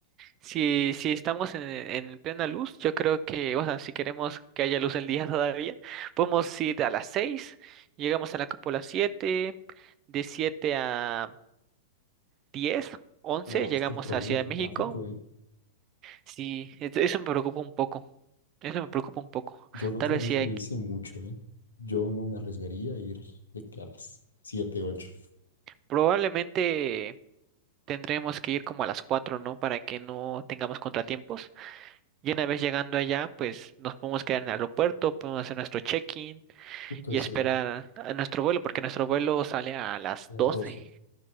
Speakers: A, on the right; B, on the left.
A: Si, si estamos en, en plena luz, yo creo que, o sea, si queremos que haya luz el día <laughs> todavía, podemos ir a las 6 llegamos a la cúpula 7 de 7 a 10 11
B: No,
A: llegamos
B: es que el problema
A: a Ciudad
B: es
A: de
B: el
A: México.
B: tráfico, ¿eh?
A: Sí, es- eso me preocupa un poco, eso me preocupa un poco.
B: Yo la otra
A: Tal vez
B: vez
A: sí hay,
B: me hice mucho, ¿eh? Yo no me arriesgaría a ir de que a las siete, ocho.
A: probablemente tendremos que ir como a las cuatro ¿no? Para que no tengamos contratiempos. Y una vez llegando allá, pues nos podemos quedar en el aeropuerto, podemos hacer nuestro check-in
B: Justo
A: y
B: eso,
A: esperar
B: a
A: a a nuestro vuelo, porque nuestro vuelo sale a las
B: las
A: doce
B: 12.